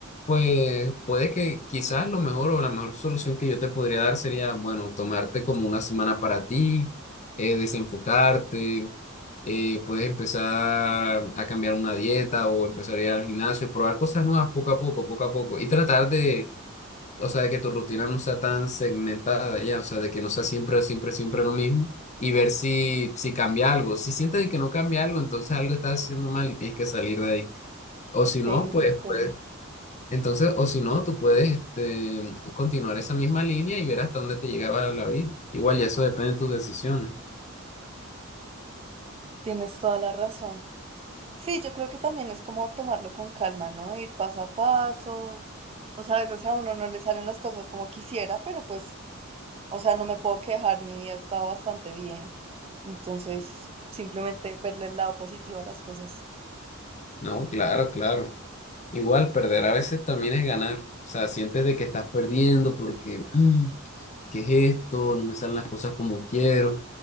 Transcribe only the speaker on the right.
Ok,
de acuerdo.
Tienes toda la razón. Sí, yo creo que también es como tomarlo con calma, ¿no? Ir paso a paso. O sea, a veces a uno no le salen las cosas como quisiera, pero pues, o sea, no me puedo quejar, mi vida está bastante bien. Entonces, simplemente verle el lado positivo a las cosas.